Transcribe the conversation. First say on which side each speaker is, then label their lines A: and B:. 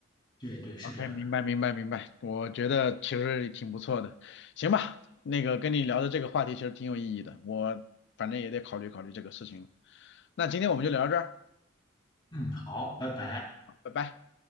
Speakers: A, on the left; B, on the left.
A: 对对，是这样的。
B: OK，明白明白明白，我觉得其实也挺不错的，行吧，那个跟你聊的这个话题其实挺有意义的，我反正也得考虑考虑这个事情了。那今天我们就聊到这儿，
A: 嗯，好，拜拜。
B: 好拜拜。